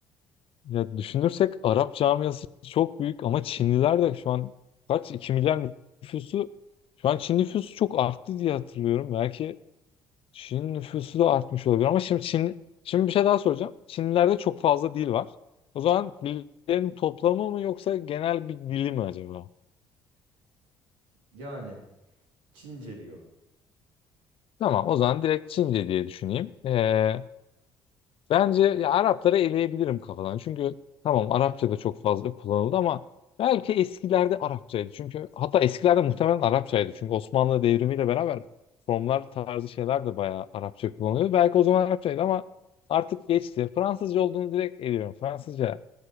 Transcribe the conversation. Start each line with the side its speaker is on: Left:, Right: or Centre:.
Left: Ya düşünürsek Arap camiası çok büyük ama Çinliler de şu an kaç 2 milyar nüfusu şu an Çin nüfusu çok arttı diye hatırlıyorum. Belki Çin nüfusu da artmış olabilir ama şimdi Çin şimdi bir şey daha soracağım. Çinlilerde çok fazla dil var. O zaman dillerin toplamı mı yoksa genel bir dili mi acaba?
Right: Yani Çince diyor.
Left: Tamam o zaman direkt Çince diye düşüneyim. Ee, Bence ya Arapları eleyebilirim kafadan. Çünkü tamam Arapça da çok fazla kullanıldı ama belki eskilerde Arapçaydı. Çünkü hatta eskilerde muhtemelen Arapçaydı. Çünkü Osmanlı devrimiyle beraber formlar tarzı şeyler de bayağı Arapça kullanılıyordu. Belki o zaman Arapçaydı ama artık geçti. Fransızca olduğunu direkt eliyorum. Fransızca